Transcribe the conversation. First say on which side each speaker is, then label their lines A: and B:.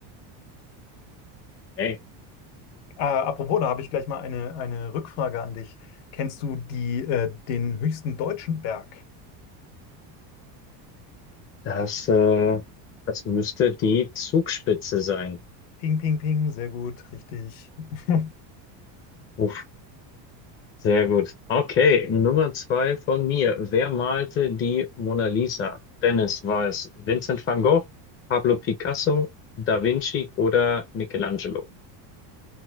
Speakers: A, on the left; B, on the left.
A: Hey.
B: Äh, apropos, da habe ich gleich mal eine, eine Rückfrage an dich. Kennst du die, äh, den höchsten deutschen Berg?
A: Das, äh, das müsste die Zugspitze sein.
B: Ping, ping, ping, sehr gut, richtig. <laughs>
A: Uff, sehr gut. Okay, Nummer zwei von mir. Wer malte die Mona Lisa? Dennis, war es Vincent van Gogh, Pablo Picasso, Da Vinci oder Michelangelo?